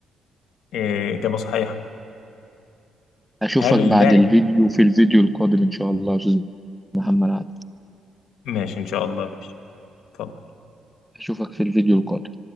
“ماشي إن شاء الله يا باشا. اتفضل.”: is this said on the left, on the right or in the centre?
Left